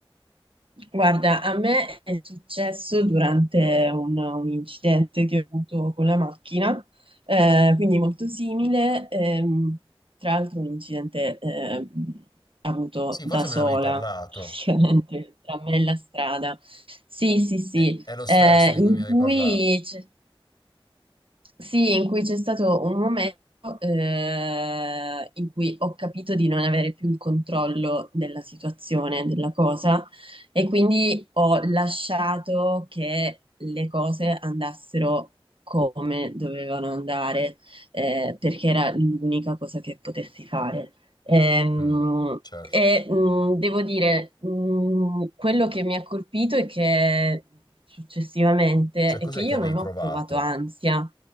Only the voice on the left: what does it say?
Sì,
forse
me ne avevi parlato.
è è lo
stesso di
cui mi avevi
parlato.
Mm, certo.
Cioè,
cos'è
che avevi
provato?